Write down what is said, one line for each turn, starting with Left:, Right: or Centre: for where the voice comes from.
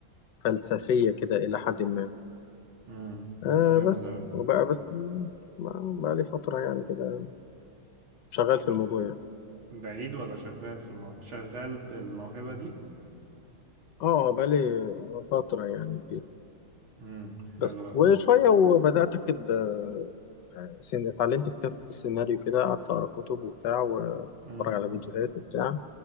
Left: فلسفية كده إلى حد ما
Right: امم
Left: آه
Right: جامد
Left: بس
Right: أوي
Left: وبقى بس بقى لي فترة يعني كده شغال في
Right: ب-
Left: الموضوع يعني.
Right: بعيد ولا شغال في الموضوع شغال بالموهبة دي
Left: اه
Right: و...
Left: بقالي فترة يعني كبيرة
Right: امم حلو
Left: بس
Right: أوي
Left: وشوية وبدأت أكتب آه، سين اتعلمت كتابة السيناريو كده قعدت أقرأ كتب وبتاع وأتفرج
Right: امم
Left: على فيديوهات وبتاع